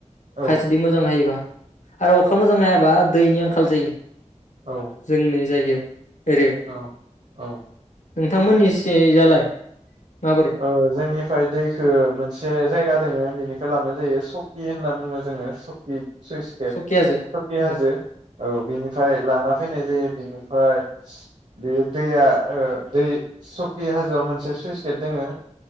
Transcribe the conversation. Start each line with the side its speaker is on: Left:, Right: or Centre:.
Right: औ
Left: जुदि मोजां हायोबा आरो अखा मोजां हायाबा दैनि आंखाल जायो।
Right: औ
Left: जोंनि जायगायाव एरियाव
Right: औ औ।
Left: नोंथांमोननिसिजालाय? माबोरै
Right: औ जोंनिफ्राय दैखो मोनसे जायगा दोङो बेनिफ्राय लाबोनाय जायो सकि होनना बुङो जोङो सकि। सुइस गेट
Left: सकियासो
Right: सकि हाजो
Left: औ
Right: औ बिनिफ्राय लाना फैनाय जायो बिनिफ्राय बेयो दैया ओ दै सकि हाजोआव मोनसे सुइस दोङो